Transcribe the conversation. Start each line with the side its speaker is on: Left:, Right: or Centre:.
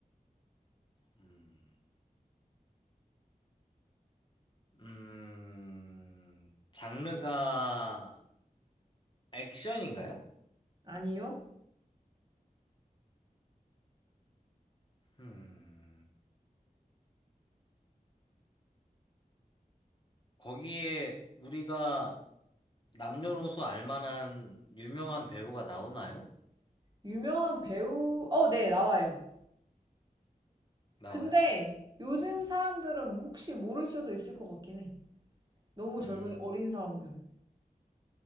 Left: 음. 음. 장르가 액션인가요?
Right: 아니요?
Left: 음. 거기에 우리가 남녀노소 알만한 유명한 배우가 나오나요?
Right: 유명한 배우, 어, 네, 나와요.
Left: 나와요?
Right: 근데 요즘 사람들은 혹시 모를 수도 있을 것 같긴 해. 너무
Left: 음,
Right: 젊은, 어린 사람들은.